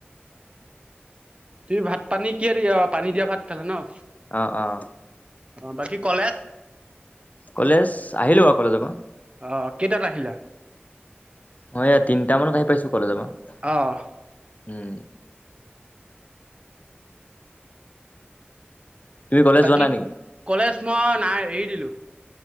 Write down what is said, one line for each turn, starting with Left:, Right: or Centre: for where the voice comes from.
Right: তুমি ভাত পানী কিয় দি অ, পানী দিয়া ভাত খালা ন'।
Left: অ', অ'।
Right: বাকী কলেজ?
Left: কলেজ আহিলোঁ আকৌ কলেজৰ পৰা।
Right: অ', কেইটাত আহিলা?
Left: মই এই তিনটা মানত আহি পাইছোঁ কলেজৰ পৰা,
Right: অ'
Left: উম। তুমি কলেজ
Right: বাকী
Left: যোৱা নাই নেকি?
Right: কলেজ মই নাই এৰি দিলোঁ।